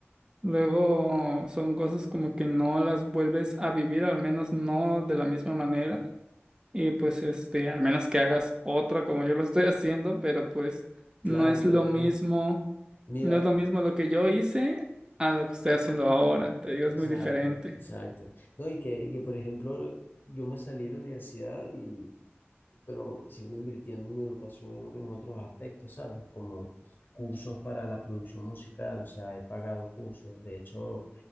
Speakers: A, on the right (about 20°); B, on the left (about 45°).
A: Luego son cosas como que no las vuelves a vivir, al menos no de la misma manera. Y pues este, al menos que hagas otra como yo lo estoy <laughs> haciendo, pero pues
B: Claro,
A: no es lo
B: pues,
A: mismo,
B: mira,
A: no es lo mismo lo que yo hice a lo que estoy haciendo ahora. Te digo,
B: exacto,
A: es muy diferente.
B: exacto. No, y que, y que, por ejemplo, yo me salí de la universidad y, pero sigo invirtiendo en mi educación en, en otros aspectos, ¿sabes? Como cursos para la producción musical, o sea, he pagado cursos. De hecho,